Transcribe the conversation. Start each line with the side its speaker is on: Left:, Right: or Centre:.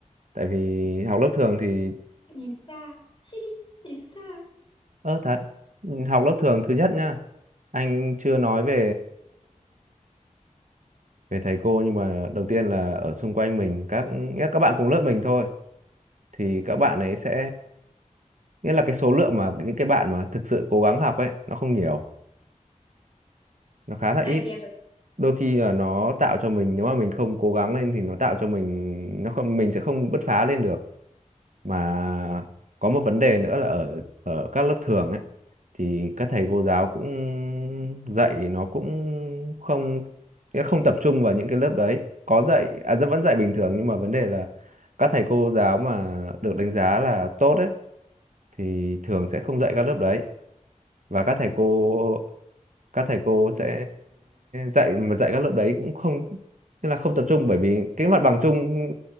Right: tại vì học lớp thường thì
Left: nhìn xa <laughs> nhìn xa
Right: ơ thật học lớp thường thứ nhất nhá anh chưa nói về về thầy cô nhưng mà đầu tiên là ở xung quanh mình các nghĩa là các bạn cùng lớp mình thôi thì các bạn ấy sẽ nghĩa là cái số lượng mà những cái bạn mà thực sự cố gắng học ấy nó không nhiều nó khá là
Left: cái
Right: ít
Left: này thì em được
Right: đôi khi là nó tạo cho mình nếu mà mình không cố gắng lên thì nó tạo cho mình nó không mình sẽ không bứt phá lên được mà có một vấn đề nữa là ở ở các lớp thường ấy thì các thầy cô giáo cũng dạy nó cũng không nghĩa không tập trung vào những cái lớp đấy có dạy à rất- vẫn dạy bình thường nhưng mà vấn đề là các thầy cô giáo mà được đánh giá là tốt ấy thì thường sẽ không dạy các lớp đấy và các thầy cô các thầy cô
Left: cũng
Right: sẽ
Left: phải
Right: dạy mà dạy các lớp đấy cũng không tức là không tập trung bởi vì cái mặt bằng chung